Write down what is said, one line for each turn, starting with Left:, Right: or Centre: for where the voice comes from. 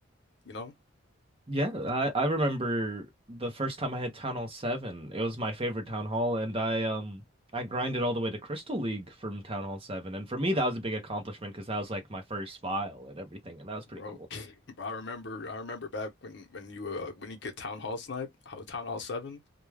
Left: you know?
Right: Yeah, I, I remember the first time I had Town Hall 7. It was my favorite Town Hall, and I um I grinded all the way to Crystal League from Town Hall 7. And for me, that was a big accomplishment because that was like my first file and everything, and that was pretty
Left: Bro,
Right: cool.
Left: <laughs> I remember I remember back when when you uh when you could Town Hall snipe, I was Town Hall 7